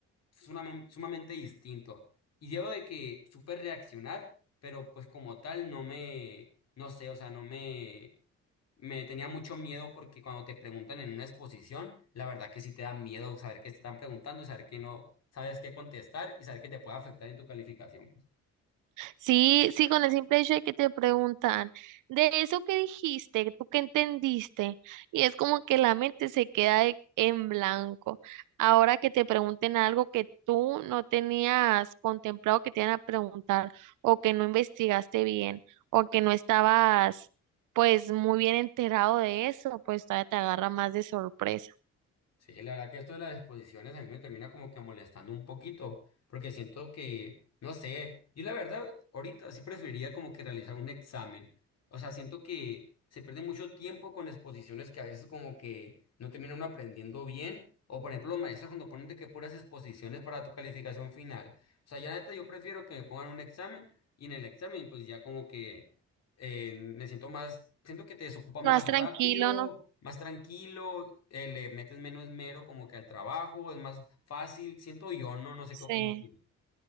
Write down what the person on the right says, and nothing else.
Sí, sí, con el simple hecho de que te preguntan, de eso que dijiste, tú que entendiste, y es como que la mente se queda de- en blanco. Ahora que te pregunten algo que tú no tenías contemplado que te iban a preguntar, o que no investigaste bien, o que no estabas pues muy bien enterado de eso, pues todavía te agarra más de sorpresa.
Más
tranquilo, ¿no?
Sí.